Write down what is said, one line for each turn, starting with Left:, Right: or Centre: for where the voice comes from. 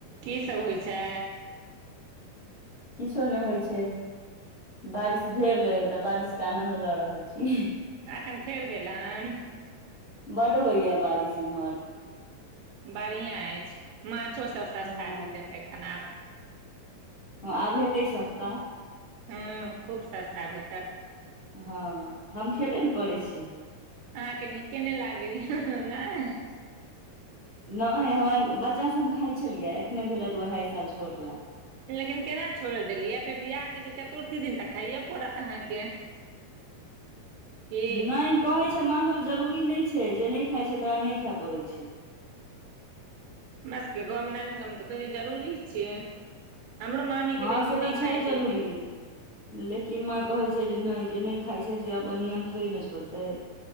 Right: की सब होइ छै
Left: किछो नय होइ छै बारिश भेल अइ तऽ बारिश के आनन्द लऽ रहल छी
Right: अखन फेर भेल हन
Left: बड होईए बारिश इमहर
Right: बढ़िआँ अईछ माछोसभ सस्ता
Left: हँ
Right: भेटतै एखन आब
Left: हँ आब हेतै सस्ता
Right: हू खूब सस्ता भेटत
Left: हँ हम खेबे ने करै छी
Right: अहाँके नीके नय लागैय नय
Left: नय हमरा बच्चाभ हम खाइ छलियै एखने भेले दू अढ़ाई साल छोड़ ला
Right: लेकिन केना छोड़ देलियै फेर बियाह मे जे चतुर्थी दिन तक खाइये पड़त अहाँके
Left: <inaudible>
Right: की
Left: नय कहै छै माछल जरूरी नय छै जे नय खाइ छै तरा नय खायए पड़ै छै
Right: हमरा सबके गाँवमे नानी गाँव तऽ कहै छै जरुररी छियै हमरो मामीके
Left: हँ
Right: बेटी
Left: से
Right: नय
Left: तऽ छै
Right: खाइ
Left: जरूरी
Right: छलखिन
Left: लेकिन माँ कहैत छै जे नय जे नय खाई छै से अपन नियम थोड़ ने छोड़तै